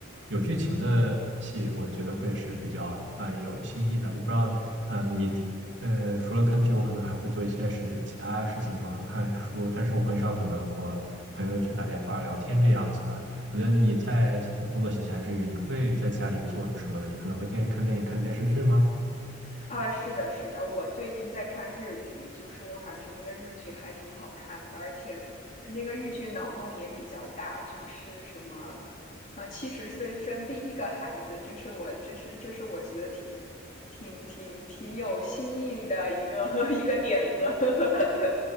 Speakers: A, on the right (about 55°); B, on the left (about 35°).
A: 有剧情的戏，我觉得会是比较呃有新意的。我不知道，嗯、你。呃，除了看剧，我可能还会做一些事情，其他事情，比方说看书，但是我很少可能和朋友去打电话聊天这样子的。我觉得你在呃工作闲暇之余，你会在家里做什么呢？你可能会电看电影、看电视剧吗？
B: 啊，是的，是的，我最近在看日剧，就是我感觉那个日剧还挺好看的，而且那个日剧脑洞也比较大，就是什么，啊，七十岁生第一个孩子，这是我，这是这是我觉得挺挺挺挺有新意的一个 <laughs> 一个点子，<laughs>